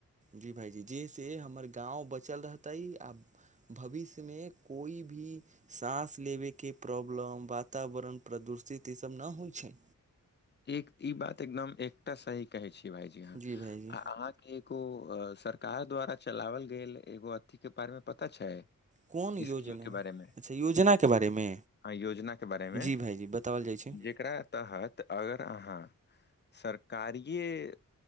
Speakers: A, on the right; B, on the left.
A: जी भायजी जे से हमर गाँव बचल रहतै आ भविष्यमे कोइ भी साँस लेबयके प्रॉब्लम वातावरण प्रदूषित ईसभ नहि होइत छै
B: एक ई बात एकदम एकटा सही कहे छी भायजी ह
A: जी भाईजी
B: आ अहाँ एगो सरकार द्वारा चलावल गेल एगो अथी के बारे मे पता छै
A: कोन योजना
B: स्कीम के बारे मे
A: अच्छा योजनाके बारेमे
B: हँ योजना के बारे मे
A: जी भायजी बता बल जाइ छै
B: जेकरा तहत अगर अहाँ <inaudible> सरकारीए